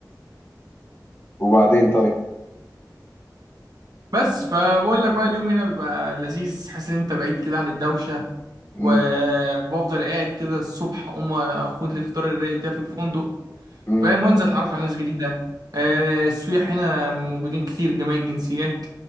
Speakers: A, on the left; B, on the right.
A: وبعدين طيب
B: بس فبقول لك بقى اليوم هنا بيبقى لذيذ حاسس ان انت بعيد كده عن الدوشه
A: امم
B: وبفضل قاعد كده الصبح اقوم اخد لي الفطار الرايق بتاعي في الفندق
A: امم
B: فاهم وانزل اتعرف على ناس جديده آه، السياح هنا موجودين كتير جميع الجنسيات